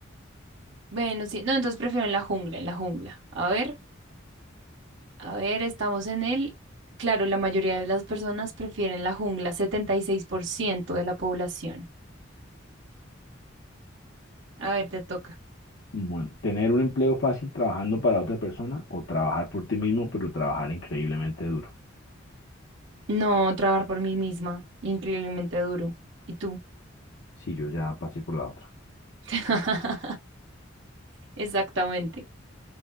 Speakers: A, on the right; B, on the left.
A: bueno, sí. No, entonces prefiero en la jungla, en la jungla. A ver, a ver, estamos en el... Claro, la mayoría de las personas prefieren la jungla, 76% de la población. A ver, te toca.
B: Bueno, tener un empleo fácil trabajando para otra persona o trabajar por ti mismo, pero trabajar increíblemente duro.
A: No, trabajar por mí misma, increíblemente duro. ¿Y tú?
B: si yo ya pasé por la otra.
A: <laughs> Exactamente.